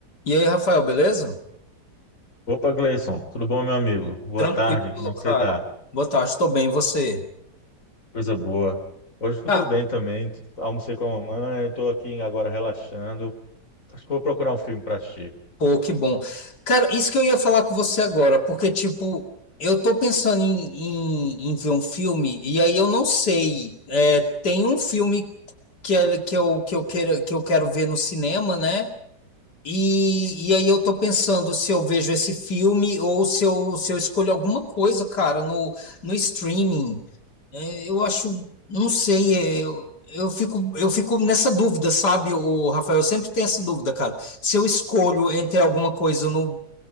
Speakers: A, on the left; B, on the left.
A: E aí, Rafael, beleza?
B: Opa, Gleison, tudo bom, meu amigo? Boa
A: Tranquilo,
B: tarde, como é que
A: cara.
B: você tá?
A: Boa tarde, estou bem, e você?
B: Coisa boa. Hoje eu
A: Ah,
B: tô bem também, almocei com a mamãe, tô aqui agora relaxando. Acho que vou procurar um filme para assistir.
A: pô, que bom. Cara, isso que eu ia falar com você agora, porque, tipo, eu tô pensando em, em, em ver um filme, e aí eu não sei. É, tem um filme que, é, que, eu, que, eu quero, que eu quero ver no cinema, né? E, e aí eu tô pensando se eu vejo esse filme ou se eu, se eu escolho alguma coisa, cara, no, no streaming. É, eu acho, não sei, é, eu, eu fico, eu fico nessa dúvida, sabe, o Rafael? Eu sempre tenho essa dúvida, cara. Se eu escolho entre alguma coisa no,